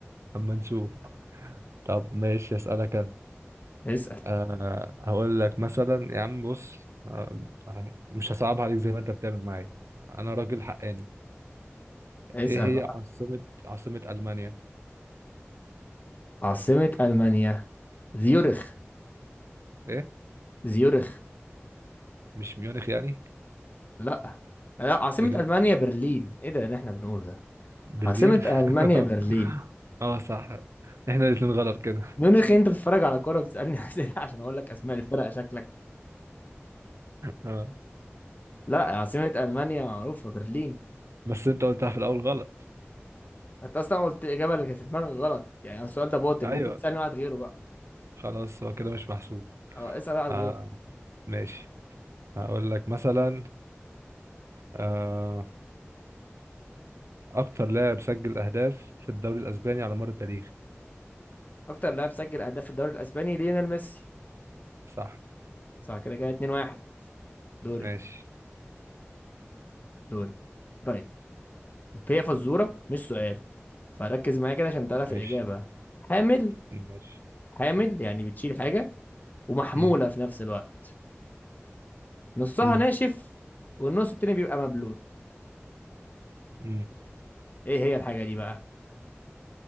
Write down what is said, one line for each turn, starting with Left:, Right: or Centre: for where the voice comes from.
Right: اما نشوف طب ماشي اسالك انا
Left: اسأل
Right: أه هقول لك مثلا يا عم بص آه، مش هصعبها عليك زي ما انت بتعمل معايا انا راجل حقاني
Left: اسأل
Right: ايه
Left: بقى
Right: هي عاصمة عاصمة المانيا
Left: عاصمة ألمانيا زيورخ
Right: ايه
Left: زيورخ
Right: مش ميونخ يعني
Left: لا لا عاصمة
Right: بجد
Left: ألمانيا برلين ايه ده اللي احنا بنقوله ده
Right: برلين
Left: عاصمة
Right: <laughs>
Left: ألمانيا برلين
Right: اه صح احنا الاتنين غلط كده
Left: ميونخ أنت بتتفرج على كورة بتسألني <laughs> أسئلة عشان أقول لك أسماء الفرق شكلك
Right: اه
Left: لا عاصمة ألمانيا معروفة برلين
Right: بس انت قلتها في الاول غلط
Left: أنت أصلا قلت الإجابة اللي كانت في دماغك غلط يعني السؤال ده باطل
Right: ايوه
Left: ممكن تسألني واحد غيره بقى
Right: خلاص هو كده مش محسوب
Left: أه اسأل واحد
Right: آه
Left: غيره
Right: ماشي هقول لك مثلا آه أكتر لاعب سجل أهداف في الدوري الأسباني على مر التاريخ
Left: أكتر لاعب سجل أهداف في الدوري الأسباني ليونيل ميسي
Right: صح
Left: صح كده كده 2-1 دوري
Right: ماشي
Left: دوري طيب هي فزورة مش سؤال فركز معايا كده عشان تعرف
Right: ماشي
Left: الإجابة حامل
Right: ماشي
Left: حامل يعني بتشيل حاجة ومحمولة
Right: مم.
Left: في نفس الوقت نصها
Right: مم.
Left: ناشف والنص التاني بيبقى مبلول
Right: مم.
Left: ايه هي الحاجة دي بقى